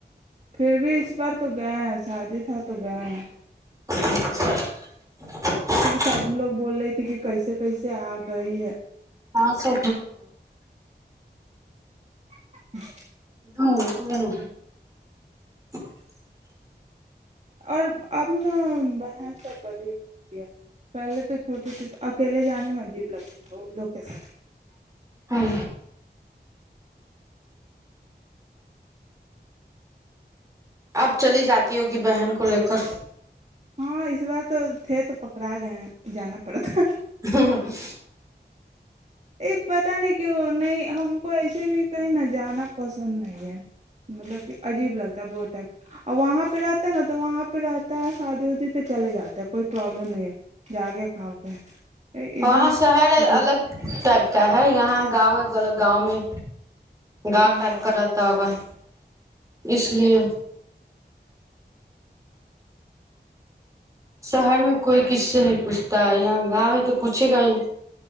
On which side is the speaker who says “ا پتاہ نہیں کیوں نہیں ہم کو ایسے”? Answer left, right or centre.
Right